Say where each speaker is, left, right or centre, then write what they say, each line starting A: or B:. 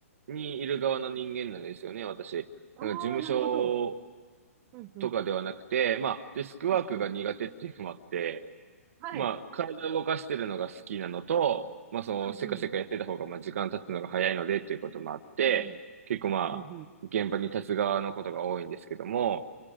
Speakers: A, on the right (about 65°); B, on the right (about 30°).
A: にいる側の人間なんですよね、私。
B: う。
A: なんか事務所
B: ああ、なるほど。うんうん。
A: とかではなくて、まあ、デスクワークが苦手っていうのもあって、
B: うんうん。はい。
A: まあ、体を動かしてるのが好きなのと、まあ、その、せかせかやってた方が、
B: うんうん。
A: まあ、時間経つのが早いので、っていうこともあって、
B: うん
A: 結構まあ、
B: うん。うんうん。
A: 現場に立つ側のことが多いんですけども、